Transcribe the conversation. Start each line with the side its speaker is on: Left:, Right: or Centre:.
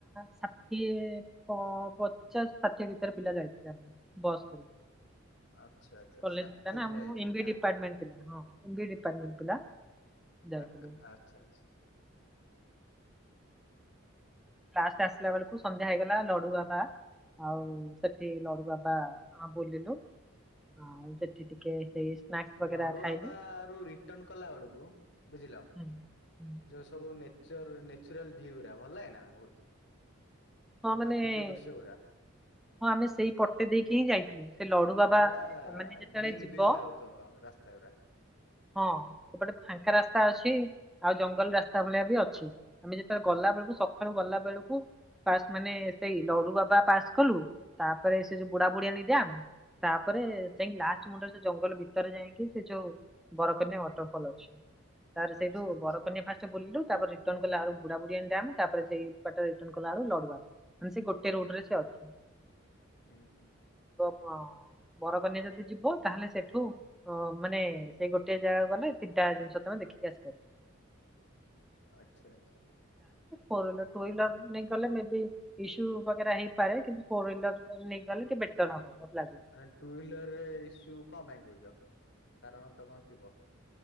Centre: ସାତ୍ ଇଏ ପ-ପଚାଶ ଷାଠିଏ ଭିତରେ ପିିଲ ଯାଇଥିଲେ ନା କଣ ବସ୍ କରି।
Left: ଆଚ୍ଛା ଆଚ୍ଛା
Centre: କଲେଜ
Left: ଷାଠିଏ
Centre: ପିଲା ନା
Left: ଯାଇଥିଲେ
Centre: ଏମ୍ବି
Left: ନା
Centre: ଡିପାଟ ମେଟ ଥିଲୁ ହଁ ଏମ୍ବି ଡିପାଟ ମେଟ ପିଲା। ଯାଇଥିଲେ
Left: ଆ ଆଚ୍ଛା ଆଚ୍ଛା।
Centre: ଲାଷ୍ଟ ଆସିଲା ବେଳକୁ ସନ୍ଧ୍ୟା ହେଇଗଲା ଲଡୁବା ବା। ଆଉ ସେଠି ଲଡୁଗଦ ବୁଲିଲୁ ଆଉ ସେଠି ଟିକେ ସେଇ ସ୍ନାକ୍ସ ବଗେରା
Left: ଲଡୁଆ
Centre: ଖାଇଲୁ
Left: ବା ର ରିଟର୍ଣ କଲା ବେଳକୁ ବୁଝିଲ
Centre: ହୁଁ, ହୁଁ।
Left: ଯୋଉ ସବୁ ନେଚର ନେଚୁରାଲ ଭିଉ ଭଲନା ବହୁତ।
Centre: ହଁ
Left: ନା
Centre: ମାନେ
Left: ପ୍ରାକୃତିକ
Centre: <inaudible>
Left: ଦୃଶ୍ୟ ଗୁରା
Centre: ହଁ ଆମେ ସେଇ ପଟେ ଦେଇକି ହିଁ ଯାଇଥିଲୁ। ଲଡୁ ବାବା
Left: ପୁରା
Centre: ମାନେ ଯେତେବେଳେ
Left: ଗ୍ରୀନ୍
Centre: ଯିବ
Left: ଗ୍ରୀନ୍ ଲାଗୁଥିବ ରାସ୍ତା
Centre: <inaudible>
Left: ଗୁରା।
Centre: ହଁ ସେପଟେ ଫାଙ୍କା ରାସ୍ତା ଅଛି। ଅଛି ଆଉ ଜଙ୍ଗଲ ରାସ୍ତା ଭଳିଆ ବି ଅଛି। ଆମେ ଯେତେବେଳେ
Left: ହଁ
Centre: ଗଲା ବେଳକୁ ସକାଳୁ ଗଲା ବେଳକୁ ଫା ମାନେ ସେଇ ଲଡୁ ବାବା ପାସ୍ କଲୁ ତାପରେ ସେ ଯୋଉ ବୁଢା ବୁଢଆ ନିଦଆମ। ତାପରେ
Left: ହଁ
Centre: ଯାଇଁକି ଲାଷ୍ଟ ମୁଣ୍ଡ ଜଙ୍ଗଲ ଭିତରେ ଯାଇକି ସେ ଯୋଉ ବରକନ୍ୟା ୱାଟରଫଲ୍ ଅଛି। ତାର
Left: ଆଚ୍ଛା
Centre: ସେଇଠୁ
Left: ଆଚ୍ଛା
Centre: ବରକନ୍ୟା ଫାଷ୍ଟ ବୁଲିଲୁ। ତାପରେ କଲା ବୁଡାବୁଡିଆଣି ଡ୍ୟାମ ସେଇ ପଟେ ରିଟନ କଲାବେଳକୁ ସେ ଗୋଟେ ରୁଟରେ ସେ ଅଛି।
Left: ହୁଁ ହୁଁ।
Centre: ହଁ। ବରକନ୍ୟା ଯଦି ଯିବ ତାହେଲେ ସେଠୁ ଅ ମାନେ ସେଇ ଗୋଟେ ଜାଗା ଗଲେ ତିଟା ଜିନିଷ ତମେ <unintelligible>
Left: ଆଚ୍ଛା ଆଚ୍ଛା।
Centre: ଫୁଲ ନେଇ ଗଲେ ଇସ୍ୟୁ ବ ହେଇପାରେ କିନ୍ତୁ ଫୋର ହର ନେଇଗଲେ ଟିକ ବେଟର ହବ। ଲାଗୁଛି।
Left: ମାନେ ଟୁ ହିଲର ରେ ଇସ୍ୟୁ କଣ ପାଇଁ କହୁଛ। କାରଣ ତ କଣ ଥିବ?